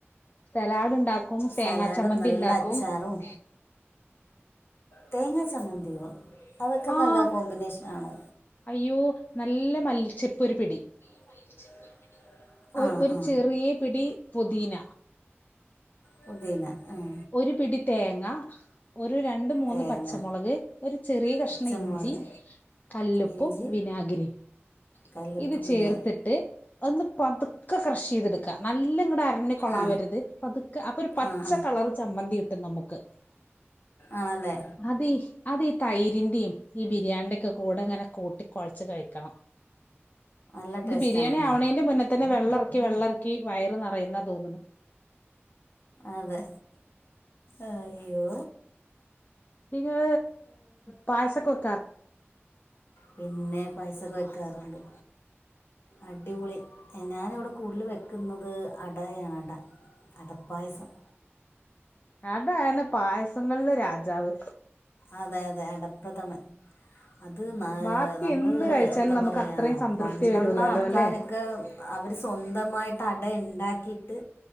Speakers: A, on the left; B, on the left.
A: സലാഡ് ഇണ്ടാക്കും തേങ്ങാ
B: സലാഡും
A: ചമ്മന്തി
B: നല്ല
A: ഇണ്ടാക്കും
B: അച്ചാറും തേങ്ങാ ചമ്മന്തിയോ അതൊക്കെ
A: ആഹ്
B: നല്ല കോമ്പിനേഷനാണോ
A: അയ്യോ നല്ല മൽച്ചിപ്പോ ഒരു പിടി
B: <unintelligible>
A: ഒരു ഒരു
B: ആ
A: ചെറിയ പിടി പുദീന
B: പുതിന ആഹ്
A: ഒരു പിടി തേങ്ങ ഒരു രണ്ട് മൂന്ന്
B: തേങ്ങ
A: പച്ചമുളക് ഒരു ചെറിയ കഷ്ണം
B: പച്ചമുളക്
A: ഇഞ്ചി കല്ലുപ്പും
B: ഇഞ്ചി
A: വിനാഗിരി
B: കല്ലുപ്പ്
A: ഇത്
B: വിനാഗിരി
A: ചേർത്തിട്ട് ഒന്ന് പതുക്കെ ക്രഷ് ചെയ്തെടുക്കാ നല്ല ഇങ്ങട് അര കൊളാവരുത്
B: ആ
A: പതുക്കെ അപ്പൊ ഒരു പച്ച
B: ആ ആ
A: കളർ ചമ്മന്തി കിട്ടും നമുക്ക്
B: ആണല്ലേ
A: അതീ അതീ ഈ തൈരിന്റെയും ഈ ബിരിയാണിടെംഒക്കെ കൂടെ ഇങ്ങനെ കൂട്ടി കുഴച്ച് കഴിക്കണം
B: നല്ല
A: ഇത്
B: ടേസ്റ്റ്
A: ബിരിയാണി
B: ആണല്ലേ
A: ആവണേന്റെ മുന്ന തന്നെ വെള്ളെറക്കി വെള്ളെറക്കി വയറ് നിറയുന്നാ തോന്നുന്നെ
B: അതെ അയ്യോ
A: എനിക്ക് പായസൊക്കെ ഒ
B: പിന്നെ പായസൊക്കെ വയ്ക്കാറുണ്ട് അടിപൊളി ഞാനിവിടെ കൂടുതൽ വെക്കുന്നത് അടയാണ് അട അടപ്പായസം
A: അടയാണ്‌ പായസങ്ങളില് രാജാവ്.
B: അതെ അതെ അടപ്രഥമൻ. അത്
A: ബാക്കി
B: നമ്മള്
A: എന്ത് കഴിച്ചാലും
B: എന്താ
A: നമുക്ക്
B: പറയാ
A: അത്രയും സംതൃപ്തി
B: പണ്ടുള്ള
A: വരൂലല്ലോ
B: ആൾക്കാരൊ
A: അല്ലെ
B: ഒക്കെ അവര് സ്വന്തമായിട്ട് അട ഉണ്ടാക്കിട്ട്.